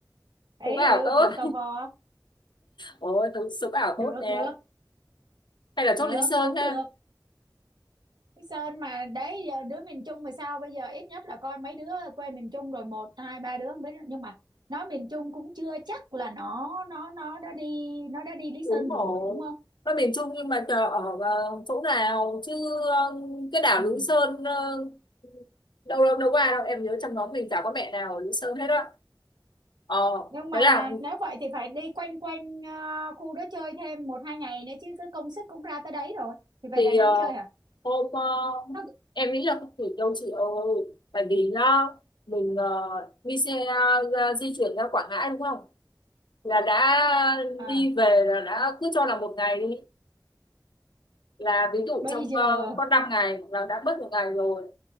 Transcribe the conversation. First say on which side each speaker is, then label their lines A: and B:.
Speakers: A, on the right; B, on the left.
A: ấy
B: chụp ảo
A: ừ
B: tốt
A: cộng tò vò
B: ôi thực sự ảo
A: được
B: tốt nè
A: được
B: hay là chốt
A: được
B: Lý Sơn
A: cũng
B: ha
A: được Cái Sơn mà đấy giờ đứa miền Trung mà sao bây giờ ít nhất là coi mấy đứa quê miền Trung rồi một hai ba đứa không biết nhưng mà nó miền Trung cũng chưa chắc là nó nó nó đã đi nó đã đi Lý Sơn
B: đúng rồi
A: rồi đúng không
B: nó miền Trung nhưng mà chờ ở ờ, chỗ nào chứ ờ, cái đảo
A: ừ.
B: Lý Sơn ờ, đâu đâu đâu qua đâu em nhớ trong nhóm mình chả có mẹ nào ở Lý Sơn hết á. Ờ,
A: nhưng mà
B: thế là
A: nếu vậy thì phải đi quanh quanh ờ, khu đó chơi thêm một hai ngày nữa chứ cái công sức cũng ra tới đấy rồi thì về
B: thì
A: Đà Nẵng
B: ờ,
A: chơi hả
B: hôm ờ,
A: nó
B: em nghĩ là không kịp đâu chị ơi tại vì nó mình ờ, đi xe ờ, ra, di chuyển ra Quảng Ngãi đúng không là đã
A: à
B: đi về là đã cứ cho là một ngày đi là ví dụ
A: bây
B: trong
A: giờ
B: ờ, có 5 ngày là đã mất một ngày rồi